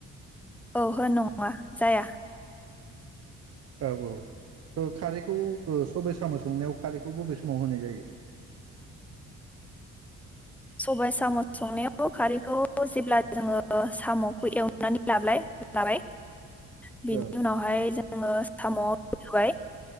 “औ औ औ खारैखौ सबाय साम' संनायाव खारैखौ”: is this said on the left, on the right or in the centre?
Right